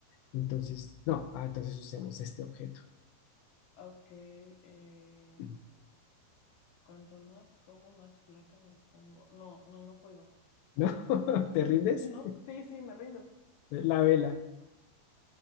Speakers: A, on the left; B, on the left.
A: Entonces, no, ah, entonces usemos este objeto.
B: Ok. em,
A: ¿No?
B: cuanto más como, más flaca me pongo. No, no, no puedo.
A: <laughs> ¿Te rindes?
B: <laughs> No, sí, sí, me rindo.
A: La vela.